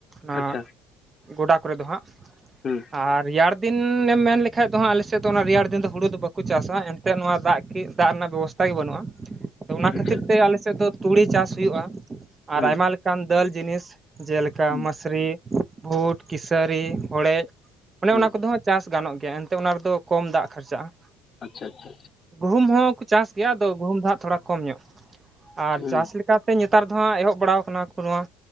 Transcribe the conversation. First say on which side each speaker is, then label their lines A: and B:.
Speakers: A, on the right (about 25°); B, on the left (about 35°).
A: ᱟ
B: ᱟᱪᱪᱷᱟ
A: ᱜᱚᱰᱟ ᱠᱚᱨᱮ ᱫᱚ ᱦᱟᱸᱜ᱾
B: ᱦᱩᱸ
A: ᱟᱨ ᱨᱮᱭᱟᱲ ᱫᱤᱱ ᱮᱢ ᱢᱮᱱ ᱞᱮᱠᱷᱟᱡ ᱫᱚ ᱦᱟᱸᱜ ᱟᱞᱮᱥᱮᱫ ᱫᱚ ᱚᱱᱟ ᱨᱮᱭᱟᱲ ᱫᱤᱱ ᱫᱚ ᱦᱩᱲᱩ ᱫᱚ ᱵᱟᱠᱚ ᱪᱟᱥᱟ᱾ ᱮᱱᱛᱮ ᱱᱚᱣᱟ ᱫᱟᱜ ᱫᱟᱜ ᱨᱮᱱᱟᱜ ᱜᱴᱟᱜ ᱜᱮ ᱵᱟᱹᱱᱩᱜᱼᱟ ᱾ ᱚᱱᱟ
B: ᱟᱪᱪᱷᱟ
A: ᱠᱷᱟᱹᱛᱤᱨ ᱛᱮ ᱟᱞᱮ ᱥᱮᱫ ᱫᱚ ᱛᱩᱲᱤ ᱪᱟᱥ ᱦᱩᱭᱩᱜᱼᱟ᱾ ᱟᱨ
B: ᱦᱮᱸ
A: ᱟᱭᱢᱟ ᱞᱮᱠᱟᱱ ᱫᱟᱹᱞ ᱡᱤᱱᱤᱥ᱾ ᱡᱮᱞᱮᱠᱟ
B: ᱦᱮᱸ
A: ᱢᱥᱨᱤ, ᱵᱷᱩᱴ, ᱠᱤᱥᱟᱹᱨᱤ, ᱦᱚᱲᱮᱡ, ᱚᱱᱮ
B: ᱦᱮᱸ
A: ᱚᱱᱟ ᱠᱚ ᱪᱟᱥ ᱜᱟᱱᱚᱜ ᱜᱮᱭᱟ ᱮᱱᱛᱮ ᱚᱱᱟ ᱨᱮᱫᱚ ᱠᱚᱢ ᱫᱟᱜ ᱠᱷᱟᱨᱪᱟᱜᱼᱟ᱾
B: ᱟᱪᱪᱷᱟ ᱟᱪᱪᱷᱟ
A: ᱜᱩᱦᱩᱢ ᱦᱚᱸᱠᱚ ᱪᱟᱥ ᱜᱮᱭᱟ ᱫᱚ ᱜᱩᱦᱩᱢ ᱫᱟᱜ ᱛᱷᱚᱲᱟ ᱠᱚᱢ ᱧᱚᱜ ᱟᱨ
B: ᱦᱮᱸ
A: ᱪᱟᱥ ᱞᱮ ᱱᱮᱛᱟᱨ ᱫᱚ ᱦᱟᱸᱜ ᱮᱦᱚᱵ ᱵᱟᱲᱟᱟᱣ ᱟᱠᱟᱱᱟ ᱠᱚ ᱱᱚᱣᱟ